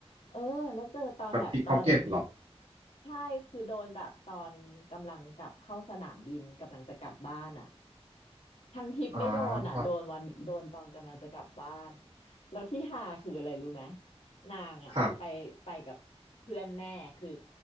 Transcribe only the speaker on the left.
เออแล้วเจอตอนแบบตอน
ใช่คือโดนแบบตอนกำลังกลับเข้าสนามบินกำลังจะกลับบ้านอ่ะ ทั้งทริปไม่โดนอ่ะโดนวันโดนตอนกำลังจะกลับบ้าน
แล้วที่หาคืออะไรรู้ไหมนางอ่ะไปไปกับเพื่อนแม่คือ